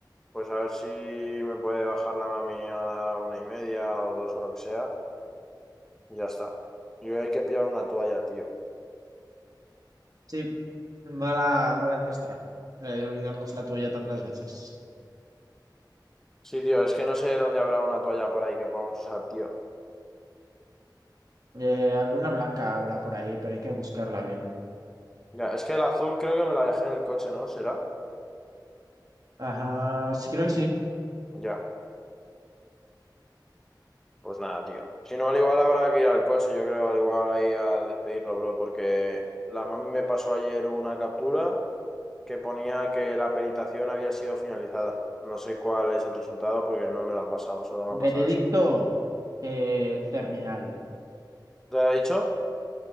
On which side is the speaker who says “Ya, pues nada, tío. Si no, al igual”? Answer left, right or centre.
Centre